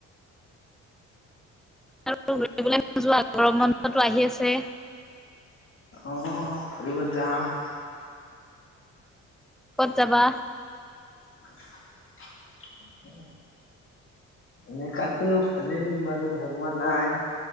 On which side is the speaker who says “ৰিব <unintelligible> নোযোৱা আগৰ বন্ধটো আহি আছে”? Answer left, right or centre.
Centre